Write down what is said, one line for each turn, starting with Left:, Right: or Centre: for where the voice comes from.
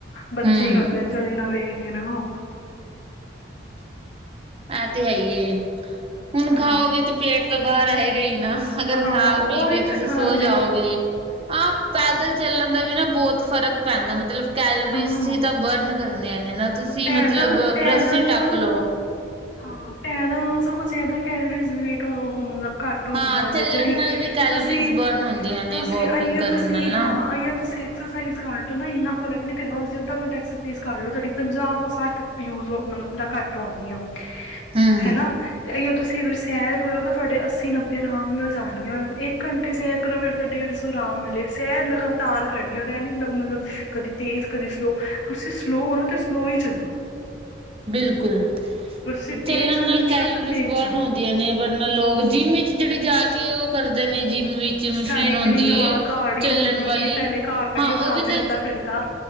Left: ਬੱਚੇ
Right: ਹੂੰ
Left: ਹੀ ਕਰਦੇ ਜਿਹੜੇ, ਨਵੇਂ ਹੈਗੇ। ਨਾ ਉਹ
Right: ਐ ਤੇ ਹੈ ਹੀਏ, ਹੁਣ
Left: ਹਾਂ
Right: ਖਾਓਗੇ ਤੇ, ਪੇਟ ਤਾਂ ਬਾਹਰ ਆਇਗਾ ਈ ਨਾ। ਅਗਰ
Left: ਹਾਂ
Right: ਖਾ-
Left: ਉਹੀ
Right: ਪੀ ਕੇ ਤੁਸੀਂ
Left: ਤਾਂ ਗੱਲ
Right: ਸੋ ਜਾਓਗੇ,
Left: ਏ
Right: ਹਾਂ, ਪੈਦਲ ਚੱਲਣ ਦਾ ਵੀ ਨਾ, ਬਹੁਤ ਫ਼ਰਕ ਪੈਂਦਾ ਮਤਲਬ ਕੈਲਰੀਜ਼
Left: ਹਾਂ
Right: ਹੀ ਤਾਂ, ਬਰਨ ਕਰਨੀਆਂ ਨੇ ਨਾ। ਤੁਸੀਂ,
Left: ਪੈਦਲ
Right: ਮਤਲਬ,
Left: ਪੈਦਲ
Right: ਰੱਸੀ
Left: ਨਾਲ
Right: ਟੱਪ ਲਓ।
Left: ਹਾਂ, ਪੈਦਲ ਨਾਲ ਸਗੋਂ ਜ਼ਿਆਦਾ ਕੈਲਰੀੇਜ਼ ਉਹ, ਮਤਲਬ ਘੱਟ ਹੁੰਦੀਆਂ
Right: ਹਾਂ
Left: ਜੇ
Right: ਚੱਲਣ
Left: ਜਿਹੜੀ,
Right: ਨਾਲ ਵੀ ਕੈਲਰੀਜ਼
Left: ਤੁਸੀ
Right: ਬਰਨ ਹੁੰਦੀਆਂ ਨੇ
Left: ਤੁਸੀਂ
Right: ਵੋਕਿੰਗ
Left: ਅਈਓ,
Right: ਕਰਨ
Left: ਤੁਸੀਂ
Right: ਨਾਲ ਨਾ
Left: ਹਾਂ, ਆਈਓ ਤੁਸੀਂ। ਐਕਸਰਸਾਈਜ਼ ਕਰ ਲਓ ਨਾ, ਇੰਨਾ ਫਰਕ ਨੀ ਪੈਗਾ। ੳਹੀੳਂ ਅੱਧਾ ਘੰਟਾ ਓਕਸਜ਼ ਕਰ ਲੋ ਤੁਹਾਡੀ ਪੰਜਾਹ ਕੋ ਸੱਠ ਯੂਜ ਮਤਲਬ, ਘੱਟ ਹੋਣਗੀਆਂ
Right: ਹੂੰ
Left: ਹਨਾ। ਤੇ ਅ ਤੁਸੀਂ ਅਗਰ ਸੈਰ ਕਰੋਗੇ ਤਾਂ, ਤੁਹਾਡੇ ਅੱਸੀ, ਨੱਬੇ ਆਰਾਮ ਨਾਲ ਜਾਣਗੇ। ਮਤਲਬ ਇੱਕ ਘੰਟੇ ਸੈਰ ਕਰੋ ਤਾਂ, ਡੇਢ ਸੌ ਆਰਾਮ ਲੇ ਸੈਰ ਲਗਾਤਾਰ ਕਰਨੀ। ਇਹ ਨ ਮਤਲਬ, ਕਦੀ ਤੇਜ਼, ਕਦੀ ਸਲੋ। ਤੁਸੀਂ ਸਲੋਅ ਹੋ ਨਾ ਤਾਂ, ਸਲੋ ਹੀ ਚੱਲੋ।
Right: ਬਿਲਕੁਲ,
Left: ਅਗਰ ਤੁਸੀਂ ਤੇਜ਼
Right: ਚੱਲਣ
Left: ਚੱਲਣਾ
Right: ਨਾਲ
Left: ਤਾਂ
Right: ਕੈਲਰੀਜ਼
Left: ਸ਼ੁਰੂ ਤੋਂ ਤੇਜ਼
Right: ਬਰਨ
Left: ਚੱਲੋ
Right: ਹੁੰਦੀ ਆਂ ਨੇ ਵਰਨਾ ਲੋਕ ਜਿੰਮ ਵਿੱਚ ਜਿਹੜੇ, ਜਾ ਕੇ, ਉਹ ਕਰਦੇ ਨੇ। ਜਿੰਮ ਵਿੱਚ
Left: ਸਾਈਕਲਿੰਗ
Right: ਮਸ਼ੀਨ ਹੁੰਦੀ
Left: ਹਾਂ,
Right: ਏ
Left: ਕਾਰਡੀਓ
Right: ਚੱਲਣ
Left: ਹੁੰਦੀ।
Right: ਵਾਲੀ
Left: ਪਹਿਲੇ ਕਾਰਡੀਓ
Right: ਹਾਂ
Left: ਕਰਾਂਦੇ
Right: ਉਹ ਵੀ ਤੇ
Left: ਨੇ ਅੱਧਾ ਘੰਟਾ